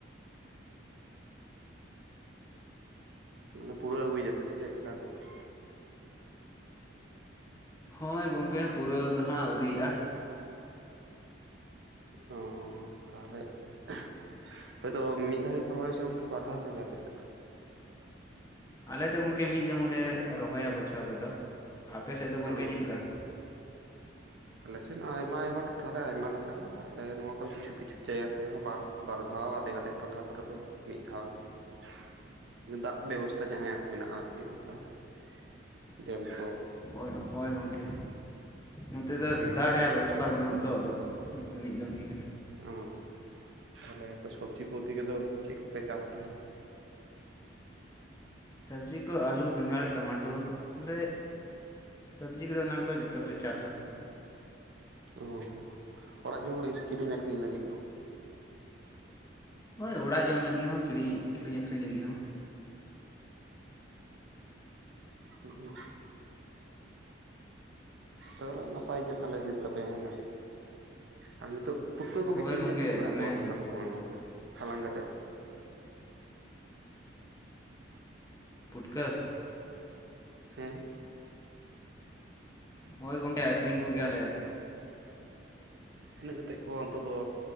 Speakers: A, on the right; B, on the left.
A: ᱢᱟᱱᱮ ᱯᱩᱨᱟᱹᱣ ᱟᱹᱜᱩᱭ ᱮᱫᱟ ᱯᱮ ᱥᱮ ᱪᱮᱫ ᱞᱮᱠᱟ ᱜᱚᱝᱠᱮ?
B: ᱱᱚᱸᱜᱼᱚᱭ ᱜᱚᱝᱠᱮ ᱦᱟᱸᱜ ᱯᱩᱨᱟᱹᱣ ᱫᱚ ᱦᱟᱸᱜ ᱟᱹᱣᱨᱤᱭᱟᱜᱼᱟ ᱾
A: ᱚᱸᱻ ᱾ ᱛᱟᱦᱚᱞᱮ <inaudible> ᱟᱯᱮᱫᱚ ᱢᱤᱫ ᱫᱷᱟᱣ ᱜᱮᱯᱮ ᱨᱚᱦᱚᱭᱟ ᱥᱮ ᱜᱚᱝᱠᱮ ᱵᱟᱨ ᱫᱷᱟᱣ ᱯᱮ ᱨᱚᱦᱚᱭᱟ ᱟᱯᱮ ᱥᱮᱫ ᱫᱚ?
B: ᱟᱞᱮ ᱫᱚ ᱜᱚᱝᱠᱮ ᱢᱤᱫ ᱫᱚᱢ ᱞᱮ ᱨᱚᱦᱚᱭᱟ ᱵᱚᱪᱷᱚᱨ ᱨᱮᱫᱚ ᱾ ᱟᱯᱮ ᱥᱮᱫ ᱫᱚ ᱜᱚᱝᱠᱮ
A: ᱚ
B: ᱪᱮᱫ ᱞᱮᱠᱟ?
A: ᱟᱞᱮᱥᱮᱫ ᱦᱚ ᱟᱭᱢᱟ ᱟᱭᱢᱟ ᱴᱚᱴᱷᱟ ᱨᱮ ᱟᱭᱢᱟ ᱞᱮᱠᱟ ᱦᱟᱜ, ᱟᱞᱮ ᱱᱚᱣᱟ ᱠᱚᱨᱮ ᱠᱤᱪᱷᱩ ᱠᱤᱪᱷᱩ ᱡᱟᱭᱜᱟ ᱠᱚᱨᱮ ᱦᱚᱸ ᱵᱟ ᱵᱟᱨ ᱫᱷᱟᱣ ᱟᱫᱷᱮᱠ ᱟᱫᱷᱮᱠ ᱴᱚᱴᱷᱟ ᱠᱚᱨᱮ ᱫᱚ ᱢᱤᱫ ᱫᱷᱟᱣ ᱜᱮ ᱾ ᱫᱟᱜ ᱵᱮᱵᱚᱥᱛᱷᱟ ᱡᱟᱦᱟᱸᱭᱟᱜ ᱢᱮᱱᱟᱜᱼᱟ ᱟᱨᱠᱤ ᱚᱱᱠᱟ <inaudible> ᱰᱮᱢ ᱠᱚ ᱾
B: ᱦᱳᱭ ᱦᱳᱭ ᱜᱚᱝᱠᱮ ᱱᱚᱛᱮ ᱫᱚ
A: ᱦᱮᱸ
B: ᱫᱟᱜ ᱨᱮᱭᱟᱜ ᱵᱮᱵᱚᱥᱛᱷᱟ ᱵᱟᱹᱱᱩᱜ ᱟᱛᱚ, ᱟᱫᱚ ᱚᱱᱟᱛᱮ ᱢᱤᱫ ᱫᱚᱢ ᱜᱮ ᱦᱩᱭᱩᱜᱼᱟ ᱾
A: ᱚ ᱛᱟᱦᱚᱞᱮ ᱥᱚᱵᱽᱡᱤ ᱯᱚᱛᱤ, ᱠᱟᱫᱚ ᱪᱮᱫ ᱠᱚᱯᱮ ᱪᱟᱥ ᱛᱟᱦᱮᱱᱟ?
B: ᱥᱚᱵᱽᱡᱤ ᱠᱚ ᱟᱹᱞᱩ, ᱵᱮᱸᱜᱟᱲ, ᱴᱚᱢᱮᱴᱚᱨ ᱵᱚᱞᱮ ᱥᱚᱵᱽᱡᱤ ᱠᱚᱫᱚ ᱚᱱᱟ ᱠᱚᱫᱚ, ᱡᱚᱛᱚ ᱜᱮᱞᱮ ᱪᱟᱥᱟ᱾
A: ᱚ ᱚᱲᱟᱜ ᱡᱚᱢ ᱞᱟᱹᱜᱤᱫ ᱥᱮ, ᱠᱤᱨᱤᱧ ᱟᱹᱠᱷᱨᱤᱧ ᱞᱟᱹᱜᱤᱫ ᱦᱚᱸ?
B: ᱦᱳᱭ ᱚᱲᱟᱜ ᱡᱚᱢ ᱞᱟᱹᱜᱤᱫ ᱦᱚᱸ, ᱠᱤᱨᱤᱧ ᱠᱤᱨᱤᱧ ᱟᱠᱠᱷᱨᱤᱧ ᱞᱟᱹᱜᱤᱫ ᱦᱚᱸ᱾
A: ᱦᱩᱜ ᱩ ᱛᱚ ᱵᱚᱞᱮ ᱱᱟᱯᱟᱭ ᱜᱮ ᱛᱟᱦᱚᱞᱮ ᱦᱳᱭᱳᱜ ᱛᱟᱯᱮᱭᱟ, ᱦᱮᱸ ᱵᱟᱝ ᱟᱨ ᱱᱤᱛᱚᱜ? ᱯᱩᱴᱠᱟᱹ ᱠᱚᱯᱮ
B: ᱦᱳᱭ
A: ᱠᱤᱨᱤᱧ
B: ᱜᱚᱢᱠᱮ
A: ᱟᱹᱠᱷᱨᱤᱧ ᱵᱟᱲᱟ
B: ᱫᱚᱢᱮ
A: ᱠᱚᱣᱟ
B: ᱦᱤᱡᱩᱜ
A: ᱞᱮᱠᱟ ᱥᱮ
B: ᱦᱩᱭᱩᱜᱼᱟ
A: ᱵᱟᱝ, ᱜᱚᱝᱠᱮ ᱦᱟᱞᱟᱝ ᱠᱟᱛᱮᱫ?
B: ᱯᱩᱴᱠᱟᱹ
A: ᱦᱮᱸ,
B: ᱦᱳᱭ ᱜᱚᱝᱠᱮ ᱟᱠᱷᱨᱤᱧ ᱠᱚᱜᱮᱭᱟᱞᱮ᱾
A: ᱛᱤᱱᱟᱹᱜ ᱠᱟᱛᱮᱫ ᱠᱚ ᱱᱤᱛᱚᱜ ᱫᱚ,